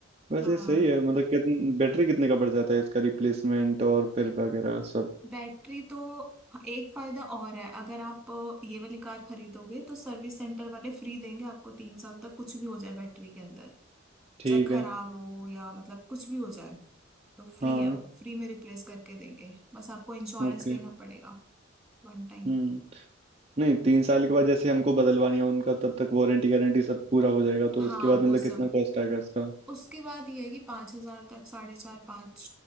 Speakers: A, on the right; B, in the centre.
A: वैसे
B: हाँ
A: सही है मतलब कितन बैटरी कितने का पड़ जाता है इसका रिप्लेसमेंट और फिर वगैरह सब
B: बैटरी तो एक फायदा और है अगर आप अ, ये वाली कार खरीदोगे तो सर्विस सेंटर वाले फ्री देंगे आपको तीन साल तक कुछ भी हो जाए बैटरी के अंदर
A: ठीक
B: चाहे खराब
A: है
B: हो या मतलब कुछ भी हो जाए तो फ्री
A: हाँ
B: है वो फ्री में रिप्लेस करके देंगे बस आपको इंश्योरेंस
A: ओके
B: लेना पड़ेगा वन टाइम
A: हम्म नहीं तीन साल के बाद जैसे हमको बदलवानी है उनका तब तक वारंटी गारंटी सब पूरा हो जाएगा तो
B: हाँ
A: उसके बाद
B: वो
A: मतलब
B: सब
A: कितना कॉस्ट आएगा इसका
B: उसके बाद ये है कि पाँच हजार तक साढ़े चार पाँच